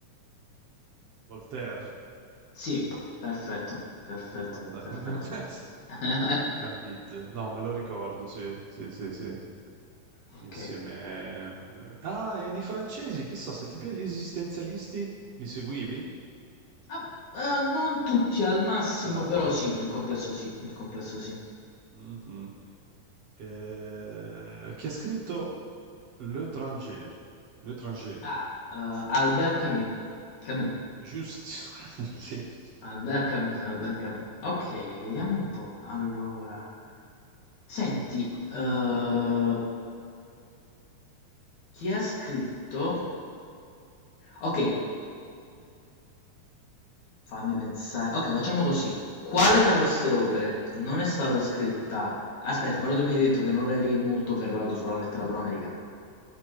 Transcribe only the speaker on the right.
Voltaire?
No,
Meno male, dai.
<laughs> almeno questo.
Candide, no, me lo ricordo, sì, sì, sì, sì.
Insieme. eh, eh. Ah, e di francesi, chissà se tipi gli esistenzialisti li seguivi?
Non Tanto.
Mhm. Eh, chi ha scritto L'étranger? L'étranger,
giusto? <laughs> Sì,
vai.